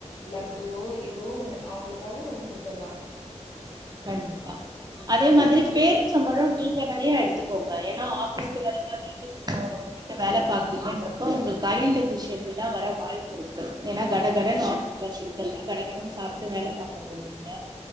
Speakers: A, on the left; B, on the right.
A: லட்டுவோ எதோ ஒண்ணு அவங்களுக்காக ஒன்னு குடுத்தடலா
B: கண்டிப்பா அதே மாதிரி பேரிச்சம்பழ நீங்க நெறைய எடுத்துக்கோங்க ஏன்னா ஆஃபீஸ்க்கு வரீங்க வீட்டுக்கு போ போய்ட்டு வேல பாக்குறீங்கன்றப்போ உங்களுக்கு அயன் டிஃபிஷியன்சியெல்லா வர வாய்ப்பிருக்கு ஏன்னா கடகடன்னு ஆஃபீஸ் வொர்க் இருக்குன்னு கடகடன்னு சாப்ட்டு வேல பாக்க போவீங்க